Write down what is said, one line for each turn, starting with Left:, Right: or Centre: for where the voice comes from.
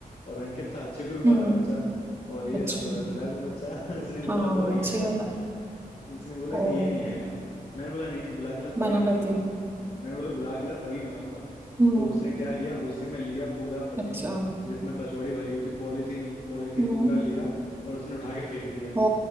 Left: और अंकित था अच्छे ग्रुप
Right: हम्म
Left: वाला बच्चा और ये
Right: अच्छा
Left: था थोड़ा लड़ाकू बच्चा <laughs> उसने बोला
Right: हाँ
Left: वो
Right: वो
Left: नहीं
Right: अच्छे
Left: आएगा
Right: वाला
Left: उसने बोला
Right: ओ
Left: कि ये नहीं आएगा मैंने बोला नहीं नहीं बुला के ला तभी
Right: मना
Left: मैं
Right: कर
Left: खाऊंगा
Right: दिया
Left: हम्म, मैंने बोला बुला के ला तभी मैं खाऊंगा
Right: हम्म
Left: तो उसने क्या किया गुस्से में लिया पूरा पन्नी
Right: अच्छा
Left: जिसमें कचौड़ी भरी हुई थी पॉलीथीन पॉलीथीन
Right: हम्म
Left: पूरा लिया और उसने उठा के फेंक दिया
Right: ओ